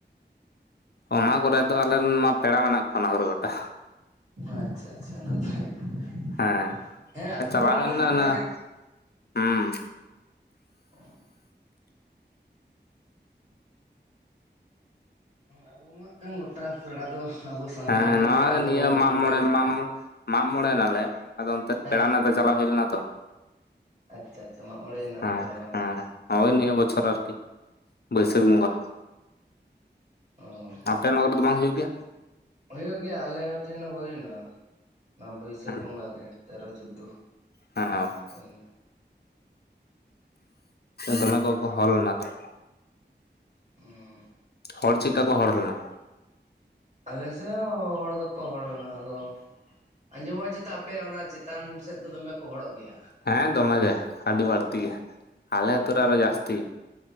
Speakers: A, on the left (about 60°); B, on the right (about 40°).
A: ᱚᱱᱟ ᱠᱚᱨᱮ ᱫᱚ ᱟᱞᱮᱨᱮᱱ ᱢᱟ ᱯᱮᱲᱟ ᱢᱮᱱᱟᱜ ᱠᱚᱣᱟ ᱚᱱᱟ ᱠᱚᱨᱮ ᱜᱚᱴᱟ᱾
B: ᱟᱪᱪᱷᱟ ᱟᱪᱪᱷᱟ, ᱱᱟᱯᱟᱭ ᱠᱟᱛᱷᱟ,
A: ᱦᱮᱸ
B: ᱦᱮᱸ ᱟᱵᱚ
A: ᱪᱟᱞᱟᱣ
B: ᱢᱟ
A: ᱦᱩᱭ ᱞᱮᱱᱟ
B: ᱜᱚᱴᱟ
A: ᱚᱱᱟ
B: ᱜᱮ
A: ᱦᱩᱸ᱾
B: <inaudible> ᱟᱵᱚ ᱢᱟ ᱦᱟᱜ ᱠᱷᱟᱱ ᱜᱚᱴᱟ ᱯᱮᱲᱟ ᱫᱚ᱾ ᱟᱵᱚ ᱥᱟᱱᱛᱟᱲ
A: ᱦᱮᱸ
B: ᱨᱮᱱ
A: ᱱᱚᱜᱚᱭ
B: ᱯᱮᱲᱟ ᱫᱚ
A: ᱱᱤᱭᱟᱹ ᱢᱟᱜ
B: ᱜᱚᱴᱟ
A: ᱢᱚᱬᱮ
B: ᱜᱮᱠᱚ
A: ᱢᱟᱜ ᱢᱚᱬᱮᱭ ᱱᱟᱞᱮ ᱟᱫᱚ ᱚᱱᱛᱮ
B: ᱦᱮᱸ
A: ᱯᱮᱲᱟᱱᱟᱜ ᱫᱚ ᱪᱟᱞᱟ ᱦᱳᱭ ᱞᱮᱱᱟ ᱛᱚ᱾
B: ᱟᱪᱪᱷᱟ ᱟᱪᱪᱷᱟ ᱢᱟᱜ ᱢᱚᱬᱮᱭᱮᱱᱟ
A: ᱦᱮᱸ
B: ᱯᱮ ᱛᱟᱦᱚᱞᱮ ᱵᱟᱝ
A: ᱦᱮᱸ ᱦᱳᱭ ᱱᱤᱭᱟᱹ ᱵᱚᱪᱷᱚᱨ ᱟᱨᱠᱤ, ᱵᱟᱹᱭᱥᱟᱹᱠᱷ ᱵᱚᱸᱜᱟ᱾
B: ᱚᱻ
A: ᱟᱯᱮ ᱱᱚᱣᱟ ᱠᱚᱨᱮᱫᱚ ᱵᱟᱝ ᱦᱩᱭᱩᱜ ᱜᱮᱭᱟ?
B: ᱦᱩᱭᱩᱜ ᱜᱮᱭᱟ ᱟᱞᱮ ᱦᱚ ᱴᱷᱮᱱ ᱦᱚ ᱦᱳᱭᱱᱟ᱾ ᱱᱚᱣᱟ ᱵᱟᱹᱭᱥᱟᱹᱠᱷ
A: ᱦᱮᱸ
B: ᱵᱚᱸᱜᱟ ᱜᱮ ᱛᱮᱨᱚ ᱪᱳᱫᱽᱫᱳ
A: ᱦᱮᱸ
B: ᱦᱩᱭᱱᱟ᱾
A: ᱫᱚᱢᱮ ᱠᱚ ᱠᱚ ᱦᱚᱲ ᱞᱮᱱᱟ ᱛᱟᱦᱚᱞᱮ?
B: ᱦᱩᱸ
A: ᱦᱚᱲ ᱪᱮᱜ ᱠᱟᱠᱚ ᱦᱚᱲ ᱞᱮᱱᱟ?
B: ᱟᱞᱮᱥᱮᱜ ᱦᱚ ᱦᱚᱲ ᱫᱚᱠᱚ ᱦᱚᱲ ᱞᱮᱱᱟ᱾ ᱟᱫᱚ ᱟᱸᱡᱚᱢᱚᱜᱼᱟ ᱪᱮᱛᱟ ᱟᱯᱮ ᱚᱱᱟ ᱪᱮᱛᱟᱱ ᱥᱮᱜ ᱫᱚ ᱫᱚᱢᱮ ᱠᱚ ᱦᱚᱲᱚᱜ ᱜᱮᱭᱟ᱾
A: ᱦᱮᱸ ᱫᱚᱢᱮ ᱜᱮ, ᱟᱹᱰᱤ ᱵᱟᱹᱲᱛᱤ
B: ᱦᱮᱸ
A: ᱜᱮ, ᱟᱞᱮ ᱟᱹᱛᱳ ᱨᱮ
B: ᱦᱮᱸ
A: ᱟᱨᱚ ᱡᱟᱹᱥᱛᱤ᱾
B: ᱠᱚ